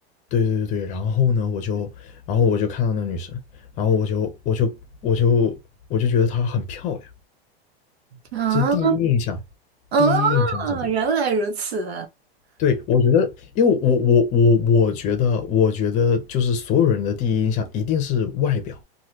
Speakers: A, on the left; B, on the right.
A: 对对对对，然后呢，我就，然后我就看到那女生，然后我就我就我就我就觉得她很漂亮，
B: 嗯
A: 这是第一印象，
B: 嗯，
A: 第一印象是这样。
B: 原来如此！
A: 对，我觉得，因为我我我我觉得，我觉得就是所有人的第一印象一定是外表，